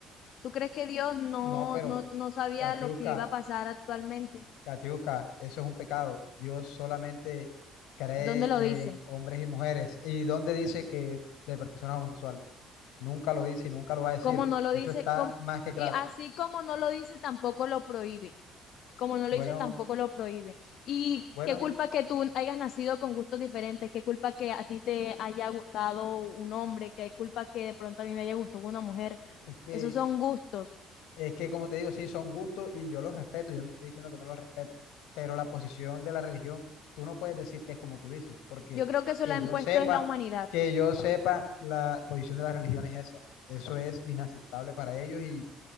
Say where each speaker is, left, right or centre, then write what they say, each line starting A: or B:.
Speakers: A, on the left; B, on the left.
A: ¿Tú crees que Dios no,
B: No, pero
A: no, no sabía
B: Catiusca,
A: lo que iba a pasar actualmente?
B: Catiusca, eso es un pecado. Dios solamente cree
A: ¿Dónde lo dice?
B: en hombres y mujeres. ¿Y dónde dice que de personas homosexuales? Nunca lo dice y nunca lo va a decir.
A: ¿Cómo no lo dice?
B: Eso está
A: ¿Cómo?
B: más que claro.
A: Y así como no lo dice, tampoco lo prohíbe. como no
B: Bueno,
A: lo hice, tampoco lo prohíbe. Y
B: bueno,
A: qué culpa
B: y
A: que tú hayas nacido con gustos diferentes, qué culpa que a ti te haya gustado un hombre, qué culpa que de pronto a mí me haya gustado una mujer.
B: es que,
A: Esos son gustos.
B: es que como te digo, sí, son gustos y yo los respeto. Yo no te estoy diciendo que no los respeto, pero la posición de la religión, tú no puedes decir que es como tú dices, porque
A: Yo creo que eso
B: que
A: lo ha impuesto
B: yo sepa,
A: es la humanidad,
B: que yo sepa, la posición de la religión es esa. Eso es inaceptable para ellos y